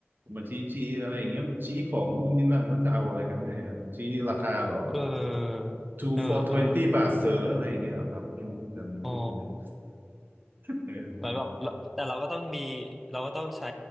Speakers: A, on the right; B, in the centre.
A: มาชี้ชี้อะไรอย่างเงี้ยมันชี้ของนู่นนี่นั่นแล้วจะเอาอะไรกันแน่ชี้ราคาเหรอ
B: เออ
A: two
B: เออเออ
A: for twenty บาทเสืออะไรอย่างเงี้ยเหรอครับไม่รู้เหมือนกันพูดตรงนั้น
B: อ๋อ
A: เออ
B: เหมือนแบบเราแต่เราก็ต้องมีเราก็ต้องใช้